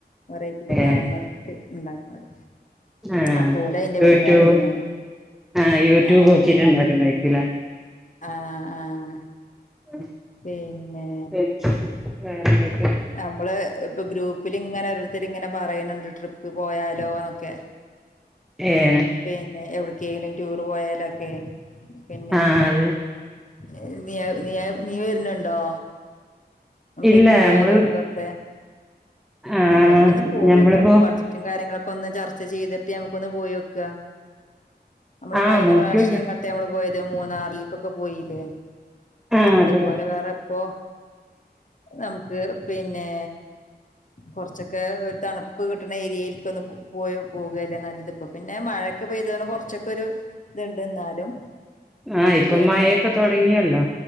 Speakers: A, on the left; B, in the centre.
A: വേറെറ്റിക്കെ
B: ഏഹ്
A: കണ്ന്നത് ഹ് ഉണ്ടാക്കന്നത്
B: ആഹ്
A: അപ്പൊ ഓലയിന്റെ
B: യൂട്യൂബ്
A: പരിപാടിയിലാണ്
B: ആഹ് യൂട്യൂബ്
A: ആഹ്
B: നോക്കിട്ട് ഇണ്ടാക്കുന്നതായിരിക്കുംല്ലേ
A: ആഹ് ആഹ്
B: ഉം
A: പിന്നെ
B: <unintelligible> വേറെ എന്തൊക്കെ
A: നമ്മള് ഇപ്പൊ ഗ്രൂപ്പിൽ ഇങ്ങനെ ഓരോരുത്തര് ഇങ്ങനെ പറയുന്നുണ്ട് ട്രിപ്പ് പോയാലോന്നൊക്കെ
B: ഏഹ്
A: പിന്നെ എവിടക്കേലും ടൂർ പോയാലൊക്കെ പിന്നെ
B: ആഹ് അതെ
A: ഏഹ് നിയവ് നിയവ് നീ വരുന്നുണ്ടോ ഞമ്മക്കൊന്ന്
B: ഇല്ല
A: പോയാലോ
B: നമ്മള്
A: ഒന്ന് വെറുതെ
B: ആഹ്
A: വെറുതൊന്ന് പോയോക്ക
B: ഞമ്മളിപ്പോ
A: നമുക്ക് ബജറ്റ് റ്റും കാര്യങ്ങളൊക്കെ ഒന്ന് ചർച്ച ചെയ്തിട്ട് ഞമുക്കൊന്ന് പോയൊക്ക നമ്മൾ
B: ആഹ്
A: കഴിഞ്ഞ
B: നോക്കിയോക്ക്
A: പ്രാവിശ്യം എ ങ്ങട്ടാ നമ്മള് പോയത് മൂന്നാറില്ക്കൊക്കെ പോയില്ലേ
B: ആ
A: അതേപോലെ
B: അതെ
A: വേറെ ഇപ്പോ നമുക്ക് പിന്നെ കൊറച്ചൊക്കെ ഒരു തണുപ്പ് കിട്ടണ ഏരിയാൽക്ക് ഒന്ന് പോ പോവല്ലേ നല്ലത് പിന്നെ മഴക്ക് പെയ്താണ്ട് കുറച്ചൊക്കെ ഒരു ഇത്ണ്ട് എന്നാലും
B: ആ ഇപ്പൊ
A: പിന്നെ
B: മഴയൊക്കെ തൊടങ്ങിയല്ലോ